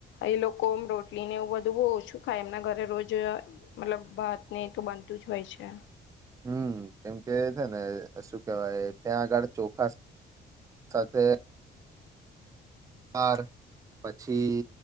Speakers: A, on the left; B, on the right.
A: એ લોકો રોટ ટલી ને એવું બધું ઓછું ખાય એમના ઘરે રોજ મતલબ ભાત ને તો બનતું જ હોય છે
B: હમ કેમ કે છે ને શું કેવાય ત્યાં આગળ ચોખા સાથે બાર પછી